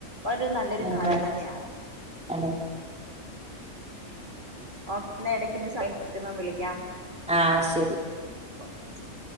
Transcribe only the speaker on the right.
ഒരു നല്ലൊരു
കാര്യം തന്നെയാണ്
ഉം ഒക്കെ ന്ന എടയ്ക്ക് ഞാൻ സൈൻ കിട്ടുമ്പം വിളിയ്ക്കാം
ഓക്കെ ശെരി